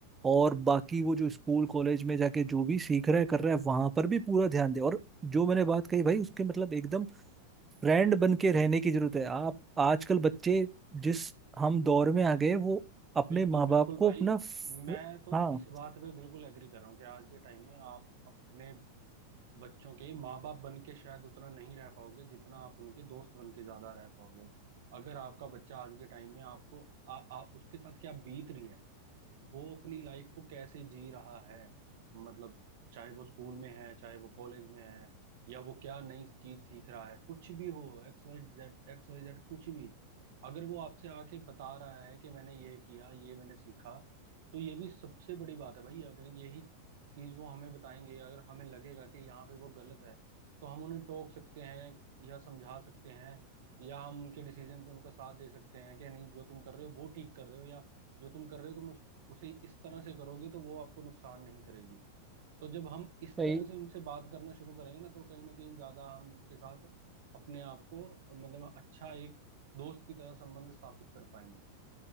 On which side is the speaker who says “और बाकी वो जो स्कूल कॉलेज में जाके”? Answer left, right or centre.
Right